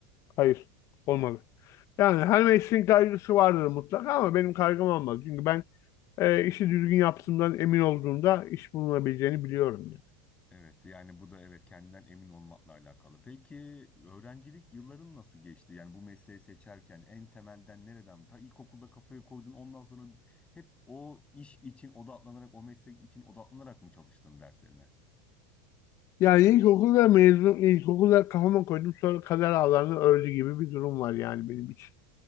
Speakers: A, on the left; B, on the left.
A: Hayır, olmalı. Yani her mesleğin kaygısı vardır mutlaka ama benim kaygım olmaz. Çünkü ben e, işi düzgün yaptığımdan emin olduğumda iş bulunabileceğini biliyorum ya.
B: Evet yani bu da evet kendinden emin olmakla alakalı. Peki öğrencilik yılların nasıl geçti? Yani bu mesleği seçerken en temelden nereden? Ta ilkokulda kafaya koydun ondan sonra hep o iş için odaklanarak o meslek için odaklanarak mı çalıştın derslerine?
A: Yani ilkokulda mezun, ilkokulda kafama koydum sonra kader ağlarını ördü gibi bir durum var yani benim için.